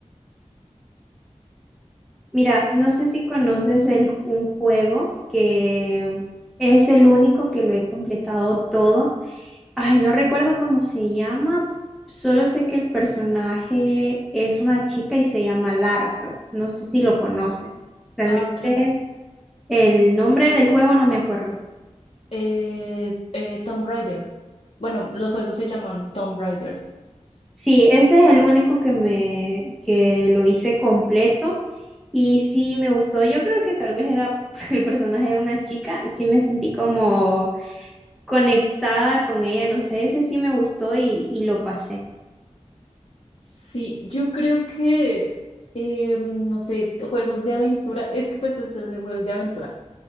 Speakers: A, in the centre; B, on the left.
A: Mira, no sé si conoces el, un juego que es el único que lo he completado todo. Ay, no recuerdo cómo se llama, solo sé que el personaje es una chica y se llama Lara Croft. No sé si lo conoces. Realmente
B: Ah, claro.
A: el nombre del juego no me acuerdo.
B: Eh, eh, Tomb Raider. Bueno, los juegos se llaman Tomb Raider.
A: Sí, ese es el único que me que lo hice completo y sí me gustó. Yo creo que tal vez era <laughs> el personaje era una chica, sí me sentí como conectada con ella, no sé, ese sí me gustó y, y lo pasé.
B: Sí, yo creo que, eh, no sé, juegos de aventura, es que pues es esos juegos de aventura